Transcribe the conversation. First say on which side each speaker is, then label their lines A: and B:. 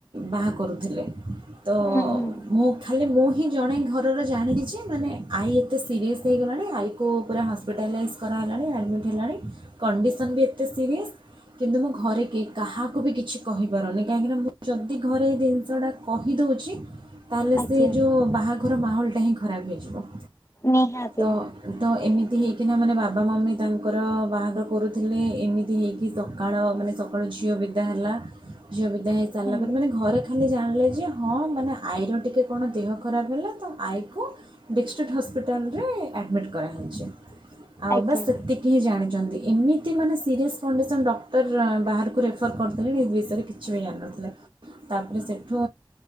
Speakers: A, on the right; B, on the left.
A: ବାହା କରୁଥିଲେ। ତ
B: ହୁଁ ହୁଁ।
A: ମୁଁ ଖାଲି ମୁଁ ହିଁ ଜଣେ ଘରର ଜାଣିଲି ଯେ ମାନେ ଆଈ ଏତେ ସିରିଅସ୍ ହେଇଗଲାଣି ଆଇକୁ କୁ ପୁରା ହସ୍ପିଟାଲାଇଜ୍ କରାହେଲାଣି ଆଡ଼ମିଟ୍ ହେଲାଣି କଣ୍ଡିସନ୍ ବି ଏତେ ସିରିଅସ୍ କିନ୍ତୁ ମୁଁ ଘରେ କେ କାହାକୁ ବି କିଛି କହିପାରୁନି କାହିଁକିନା ମୁଁ ଯଦି ଘରେ ଏ ଜିନିଷଟା କହିଦେଉଛି ତାହେଲେ ସେ
B: ଆଜ୍ଞା
A: ଯେଉଁ ବାହାଘର ମାହୋଲଟା ପେହେଁ ଖରାପ ହେଇଯିବ
B: ନିହାତି।
A: ତ ତ ଏମିତି ହେଇକିନା ମାନେ ବାବା ମମି ତାଙ୍କର ବାହାଘର କରୁଥିଲେ ଏମିତି ହେଇକି ସକାଳ ମାନେ ସକାଳୁ ଝିଅ ବିଦା ହେଲା ଝିଅ ବିଦା ହେଇସାରିଲା
B: ହୁଁ
A: ପରେ ମାନେ ଘରେ ଖାଲି ଜାଣି କହିଲା ଯେ ହଁ ମାନେ ଆଈର ଟିକେ କଣ ଦେହ ଖରାପ ହେଲା ତ ଆଈକୁ ଡିଷ୍ଟ୍ରିକ୍ଟ ହସ୍ପିଟାଲରେ ଆଡ଼ମିଟ୍ କରା ହେଇଛି। ଆଉ
B: ଆଜ୍ଞା।
A: ବାସ୍ ସେତିକି ହିଁ ଜାଣି ି <inaudible> ଏମିତି ମାନେ ସିରିଅସ୍ କଣ୍ଡିସନ୍ ଡକ୍ଟର ବାହାରକୁ ରେଫର୍ କରିଥିଲେଣି ଏ ବିଷୟରେ କିଛି ବି ଜାଣିନଥିଲା ତାପରେ ସେଠୁ